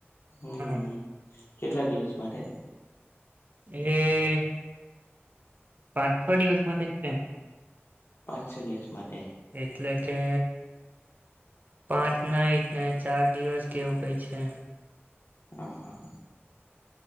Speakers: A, on the left (about 65°); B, on the right (about 40°).
A: હમ
B: હમ્મ.
A: કેટલા દિવસ માટે?
B: એ પાંચ છ દિવસ માટે છે.
A: પાંચ છ દિવસ માટે.
B: એટલે કે પાંચ નાઈટ ને ચાર દિવસ કે એવું કઈ છે.
A: હા હા,